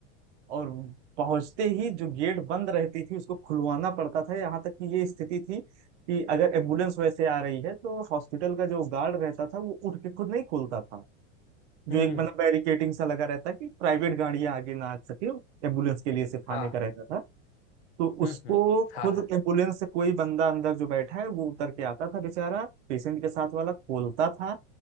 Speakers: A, on the right; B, on the left.
A: और पहुंचते ही जो गेट बंद रहती थी उसको खुलवाना पड़ता था यहाँ तक कि ये स्थिति थी कि अगर एम्बुलेंस वैसे आ रही है तो हॉस्पिटल का जो गार्ड रहता था वो उठ के खुद नहीं खोलता था जो
B: हम्म
A: एक
B: हम्म
A: मतलब बैरिकेटिंग सा लगा रहता कि प्राइवेट गाड़ियां आगे ना आ सके एम्बुलेंस के लिए सिर्फ
B: हाँ
A: आने का रहता था तो
B: हम्म,
A: उसको
B: हम्म, हाँ
A: खुद
B: हाँ
A: एम्बुलेंस से कोई बंदा अंदर जो बैठा है वो उतर के आता था बेचारा पेशेंट के साथ वाला खोलता था